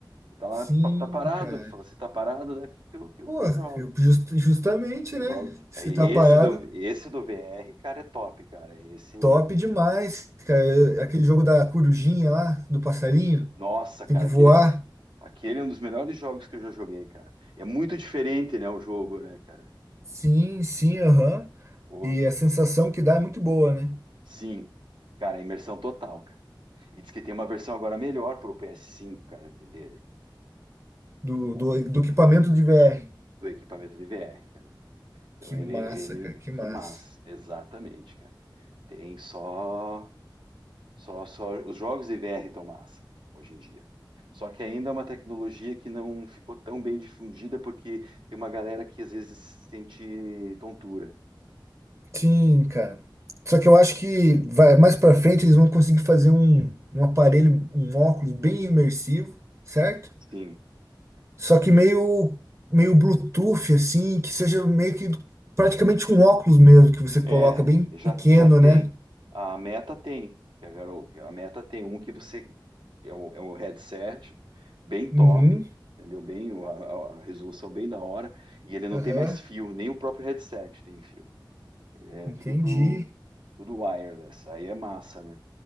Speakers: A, on the right; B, on the right.
A: E tá lá,
B: Sim,
A: pa- tá parado.
B: cara.
A: Fala, se tá parado, daqui que eu, que eu,
B: Pô,
A: que eu jogo.
B: eu- just- justamente,
A: Eu
B: né?
A: jogo.
B: Se
A: Aí
B: tá parado,
A: Esse do, esse do VR, cara, é top, cara. Esse,
B: top demais, cara. Eu- Aquele jogo da corujinha lá, do passarinho,
A: nossa, cara,
B: tem que voar.
A: aquele, aquele é um dos melhores jogos que eu já joguei, cara. É muito diferente, né, o jogo, né, cara?
B: Sim, sim, aham.
A: Porra.
B: E a sensação que dá é muito boa, né?
A: Sim, cara, imersão total, cara. E diz que tem uma versão agora melhor para o PS5, cara, que dele,
B: do,
A: com-
B: do, do equipamento de VR.
A: do equipamento de VR, cara. Então
B: Que
A: ele,
B: massa,
A: ele,
B: cara, que massa.
A: que massa, exatamente, cara. Tem só, só, só os jogos de VR estão massa hoje em dia. Só que ainda é uma tecnologia que não ficou tão bem difundida porque tem uma galera que às vezes sente tontura.
B: Sim, cara. Só que eu acho que vai mais pra frente eles vão conseguir fazer um, um aparelho, um óculos bem imersivo, certo?
A: Sim,
B: Só que meio meio Bluetooth assim, que seja meio que praticamente um óculos mesmo que você coloca
A: É,
B: bem
A: já,
B: pequeno,
A: já tem.
B: né?
A: A Meta tem. que A garo- que a Meta tem um que você. É um, é um headset bem
B: Uhum,
A: top, entendeu? Bem, a, a- a resolução bem da hora. E ele não
B: aham,
A: tem mais fio, nem o próprio headset tem fio. É
B: entendi.
A: tudo pro, tudo wireless. Aí é massa, né?